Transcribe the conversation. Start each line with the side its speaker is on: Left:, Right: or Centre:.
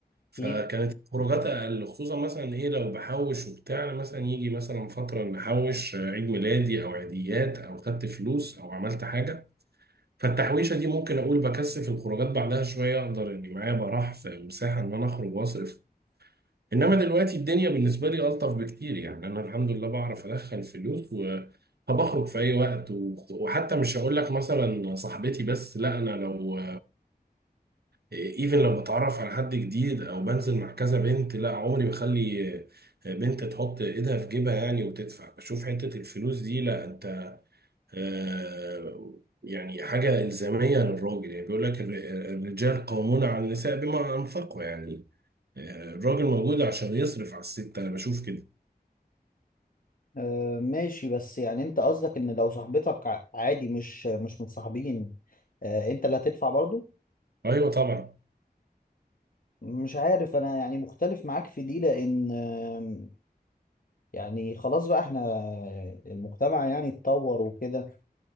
Right: فكانت
Left: اكيد
Right: الخروجات اقل خصوصا مثلا ايه لو بحوش وبتاع مثلا يجي مثلا فتره نحوش آه، عيد ميلادي او عيديات او خدت فلوس او عملت حاجه فالتحويشة دي ممكن أقول بكثف الخروجات بعدها شوية أقدر إني معايا براح في مساحة إن أنا أخرج وأصرف إنما دلوقتي الدنيا بالنسبة لي ألطف بكتير يعني أنا الحمد لله بعرف أدخل فلوس و فبخرج في أي وقت و- وحتى مش هقول لك مثلا صاحبتي بس لا أنا لو إيفن لو بتعرف على حد جديد أو بنزل مع كذا بنت لا عمري بخلي بنت تحط إيدها في جيبها يعني وتدفع بشوف حتة الفلوس دي لا انت آه، يعني حاجة إلزامية للراجل يعني بيقول لك الر- الرجال قوامون على النساء بما أنفقوا يعني آه، الراجل موجود عشان يصرف على الست أنا بشوف كده
Left: آه ماشي بس يعني انت قصدك ان لو صاحبتك ع- عادي مش مش متصاحبين آه انت اللي هتدفع برضو
Right: أيوه طبعا
Left: مش عارف انا يعني مختلف معاك في دي لان آه يعني خلاص بقى احنا المجتمع يعني اتطور وكده